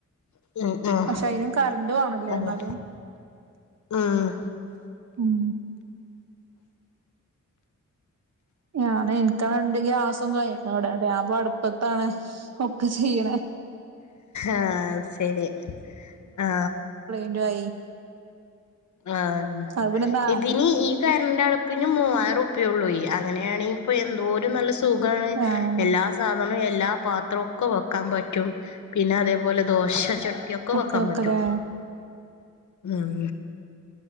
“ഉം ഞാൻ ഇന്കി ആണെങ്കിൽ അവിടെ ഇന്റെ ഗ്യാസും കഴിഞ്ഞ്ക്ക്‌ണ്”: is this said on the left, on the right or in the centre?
Right